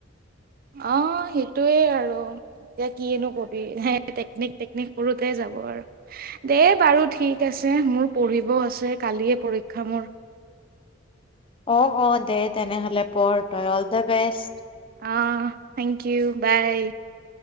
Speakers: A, on the right; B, on the left.
A: অ', সেইটোৱেই আৰু। এতিয়া কিনো ক'বি? সেই টেকনিক, টেকনিক কৰোঁতেই যাব আৰু। দে বাৰু, ঠিক আছে। মোৰ পঢ়িবও আছে। কালিয়ে মোৰ পৰীক্ষা।
B: অ', অ', দে তেনেহ'লে পঢ় তই, অল দা বেষ্ট।
A: অ', থেংক ইউ। বাই।